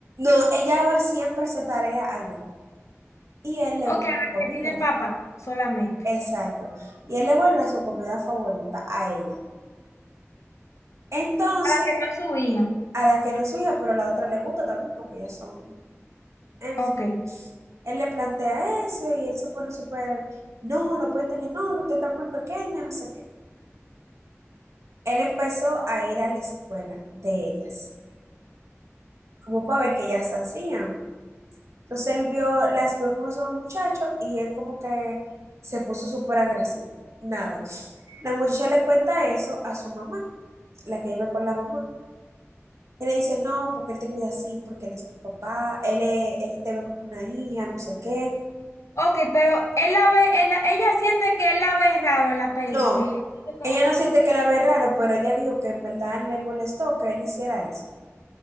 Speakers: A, on the right; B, on the left.
A: No, ella va siempre a hacer tarea allá y él le
B: Ok,
A: gusta
B: a la
A: la
B: que
A: comida.
B: tiene el papá solamente.
A: Exacto. Y él le guarda su comida favorita a ella. Entonces,
B: A la que no es su hija.
A: a la que no es su hija, pero a la otra le gusta también porque ellas son, en
B: Ok.
A: fin. Él le plantea eso y él se pone súper, no, no puede tener novio, usted está muy pequeña, no sé qué. Él empezó a ir a la escuela de ellas, como para ver qué ellas hacían. Entonces él vio, las vio como son muchachos y él como que se puso súper agresivo. Nada. La muchacha le cuenta eso a su mamá, la que iba con la mamá. Y le dice, no, porque él te cuida así, porque él es tu papá, él, es- él te ve como una hija, no sé qué.
B: Ok, pero él la ve, él la- ella siente que él la ve raro en la película
A: No,
B: y le dice como
A: ella no siente que la ve raro, pero ella dijo que en verdad le molestó que él hiciera eso.